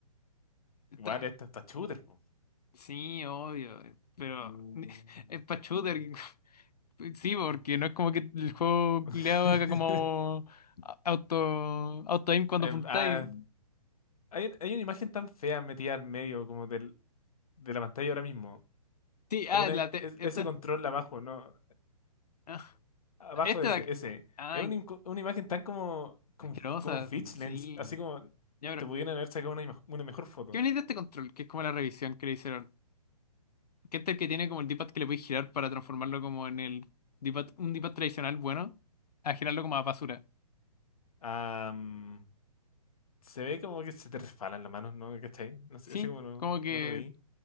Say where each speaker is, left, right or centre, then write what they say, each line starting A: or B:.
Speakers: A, on the left; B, on the left.
A: Está-
B: igual esto está shooter. po.
A: sí, obvio. Pero <laughs> es para shooter. Sí, porque no es como que el juego
B: <laughs>
A: le haga como a- auto auto aim cuando
B: Eh,
A: apuntáis.
B: ah, hay, un- hay una imagen tan fea metida al medio como del, de la pantalla ahora mismo.
A: Sí, ah,
B: Es una-
A: la
B: es-
A: te- esta.
B: ese control abajo, ¿no?
A: Ah,
B: Abajo
A: este
B: de ese,
A: de acá.
B: ese.
A: Ay,
B: Es una, inco- una imagen tan como, como,
A: asquerosa.
B: como Fitch Lens,
A: Sí.
B: así como
A: Ya, pero.
B: te pudieran haber sacado una, ima- una mejor foto.
A: ¿Qué venís de este control? Que es como la revisión que le hicieron. Que este es el que tiene como el D-pad que le podéis girar para transformarlo como en el D-pad, un D-pad tradicional bueno, a girarlo como a basura.
B: Am, se ve como que se te resbalan las manos, ¿no? ¿Cachai? No sé,
A: Sí,
B: así como no,
A: como que
B: no lo vi.